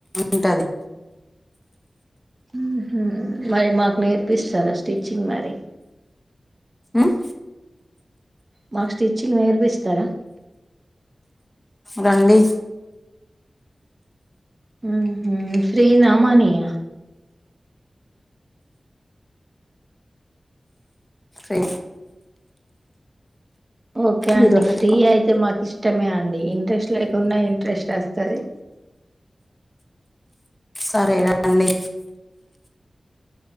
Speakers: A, on the left; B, on the right.
A: ఉంటది
B: ఉహూ మరి మాకు నేర్పిస్తారా స్టిచ్చింగ్ మరి
A: ఉమ్
B: మాకు స్టిచ్చింగ్ నేర్పిస్తారా
A: రండి
B: ఉహూ ఫ్రీ నా మనీ యా
A: ఫ్రీ
B: ఓకే
A: బీరువా
B: అండి
A: పెట్టుకో
B: ఫ్రీ అయితే మాకు ఇష్టమే అండి ఇంట్రెస్ట్ లేకున్నా ఇంట్రెస్ట్ వస్తది
A: సరే రండి